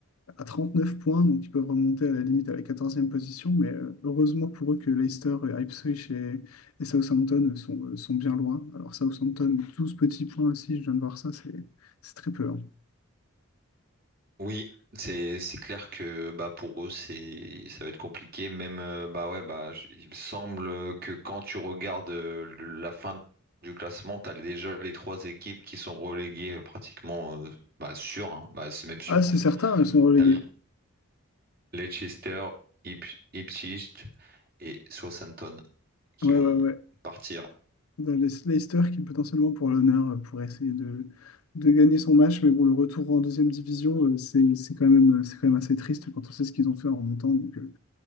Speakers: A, on the left (about 85°); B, on the right (about 45°).
A: à 39 points, donc ils peuvent remonter à la limite à la 14e position, mais euh, heureusement pour eux que Leicester, et Ipswich et, et Southampton sont, euh, sont bien loin. Alors Southampton, 12 petits points aussi, je viens de voir ça, c'est c'est très peu. hein.
B: Oui, c'est c'est clair que bah pour eux c'est ça va être compliqué. Même euh, bah ouais bah j- il me semble que quand tu regardes euh, le- la fin du classement, t'as déjà les trois équipes qui sont reléguées euh, pratiquement euh, bah sûr, hein. bah c'est même sûr
A: Ah,
B: en
A: c'est
B: fait.
A: certain, elles sont reléguées.
B: T'as Le- Leicester, Ip- Ipswich et Southampton qui
A: Ouais,
B: vont
A: ouais, ouais.
B: partir.
A: Le- le- Leicester qui potentiellement pour l'honneur euh, pourrait essayer de, de gagner son match, mais bon, le retour en deuxième division, euh, c'est c'est quand même, euh, c'est quand même assez triste quand on sait ce qu'ils ont fait en remontant. Donc, euh,